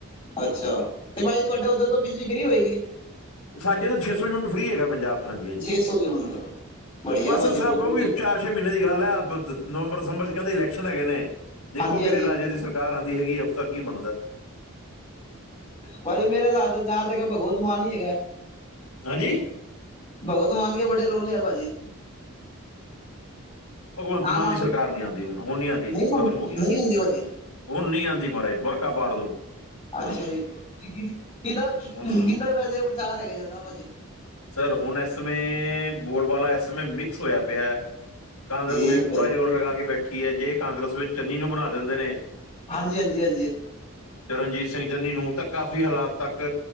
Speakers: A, on the left (about 25°); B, on the left (about 85°).
A: ਅੱਛਾ, ਤੇ ਭਾਈ ਤੁਹਾਡੇ ਔਧਰ ਤੋ ਬਿਜਲੀ ਫਰੀ ਹੋਏਗੀ।
B: ਸਾਡੇ ਤਾਂ ਛੇ ਸੌ ਯੂਨਿਟ ਫਰੀ ਹੈਗਾ ਪੰਜਾਬ ' 'ਚ ਹਂਜੀ, ਹਂਜੀ
A: ਛੇ ਸੌ ਹੀ ਹੁਣ ਤੱਕ ਬੜੀਆ
B: ਬਸ
A: ਭਾਜੀ
B: ਸਭ
A: ਬਹੁਤ
B: ਔਹ
A: ਵਧੀਆ
B: ਵੀ ਚਾਰ ਛੇ ਮਹੀਨੇ ਦੀ ਗੱਲ ਏ। ਨਵੰਬਰ, ਦਸੰਬਰ ਚ ਕੈਂਦੇ ਇਲੈਕਸ਼ਨ ਹੈਗੇ ਨੇ। ਦੇਖੋਕਿਹੜੇ
A: ਹਾਂਜੀ ਹਾਂਜੀ
B: ਰਾਜੇ ਦੀ ਸਰ ਸਰਕਾਰ ਆਂਦੀ ਹੈਗੀ ਉਸਦਾ ਕੀ ਬਨਦੈ।
A: ਭਾਈ ਮੇਰੇ ਹਿਸਾਬ ਤੇ ਜਾ ਤੇ ਭਗਵੰਤ ਮਾਨ ਈ ਹੈਗਾ।
B: ਹਾਂਜੀ,
A: ਭਗਵੰਤ ਮਾਨ ਕੇਬੜੈ ਰੋਲੇ ਐ ਭਾਜੀ।
B: ਭਗਵੰਤ
A: ਆਮ
B: ਮਾਨ
A: ਆਦਮੀ
B: ਦੀ ਸਰਕਾਰ ਨੀ ਆਂਦੀ। ਹੁਨ ਹੁਨ ਨੀ ਆਂਦੀ
A: ਨਹੀਂ
B: ਔਹ ਖ਼ਤਮ
A: ਹੁੰਦੇ
B: ਹੋ ਗਈ।
A: ਨਹੀਂ ਹੁੰਦੇ ਭਾਜੀ
B: ਹੁਨ ਨੀ ਆਂਦੀ ਮਹਾਰਾਜ ਵਰਕਾ ਪਾੜ ਦੋ।
A: ਅੱਛਾ ਜੀ, ਕੀਦਾ ਕਿੱਧਰ
B: ਹੁਣ
A: ਵੈਸੇ ਪ੍ਰਚਾਰ ਹੈਗਾ ਜੈਦਾ ਭਾਜੀ।
B: ਸਰ, ਹੁਣ ਏਸ ਸਮਯ ਬੋਲ -ਬਾਲਾ ਏਸ ਸਮਯ ਮਿਕਸ ਹੋਇਆ ਪਿਆ। ਕਾਂਗਰਸ
A: ਠੀਕ
B: ਵੀ ਪੂਰਾ
A: ਹੈ ਜੀ
B: ਜ਼ੋਰ ਲਗਾ ਕੇ ਬੈਠੀ ਏ। ਜੇ ਕਾਂਗਰਸ ਵਿੱਚ ਚੰਨੀ ਨੂੰ ਬਣਾ ਦਿੰਦੇ ਨੇ।
A: ਜੀ ਹਾਂਜੀ- ਹਾਂਜੀ -ਹਾਂਜੀ
B: ਚਰਨਜੀਤ ਸਿੰਘ ਚੰਨੀ ਨੂੰ, ਤਾਂ ਕਾਫ਼ੀ ਹਾਲਾਤ ਤੱਕ